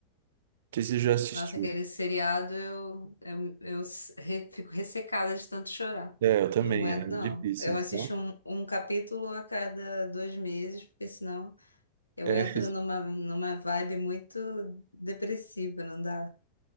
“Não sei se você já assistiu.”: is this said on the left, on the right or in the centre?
Right